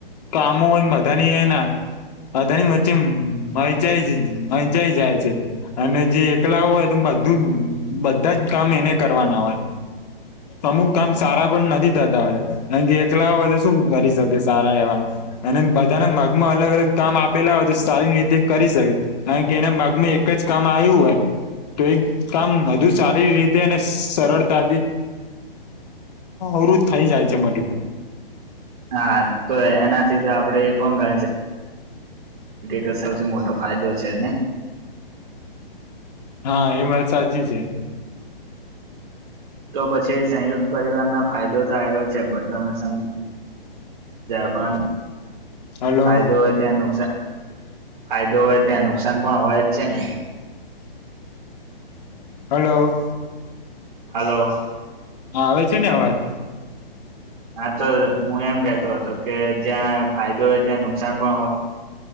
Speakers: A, on the left; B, on the right.
A: કામો હોય બધાની એના આધણી વચ્ચે મંચાઈંચાઈ જાય છે. અને જે એકલા હોય તો બધું બધા જ કામ એને કરવાના હોય અમુક કામ સારા પણ નથી થતા હોતા કારણ કે એકલા હોય તો શું કરી શકે સારા એવા અને બધાના ભાગમાં અલગ અલગ કામ આપેલા હોય તો સારી નીતિ કરી શકે કારણ કે એના ભાગમાં એક જ કામ આવ્યું હોય તો એક કામ વધુ સારી રીતે અને સરળતાથી અરું જ થઈ જાય છે બધું
B: હા તો એનાથી તો આપડે એ પણ ગણી શકીએ કે સૌથી મોટો ફાયદો છે ને
A: હા એ વાત સાચી છે.
B: તો પછી સંયુક્ત પરિવારના ફાયદો તો આઇર્યો છે બ તમે સમજ જ્યા પણ
A: હલો
B: ફાયદો હોય ત્યાં નુકસાન ફાયદો હોય ત્યાં નુકસાન પણ હોય જ છે. ને
A: હલો!
B: હલો!
A: હા આવે છે ને અવાજ?
B: હા તો હું એમ કેતો હતો કે જ્યાં ફાયદો હોય ત્યાં નુકસાન પણ હો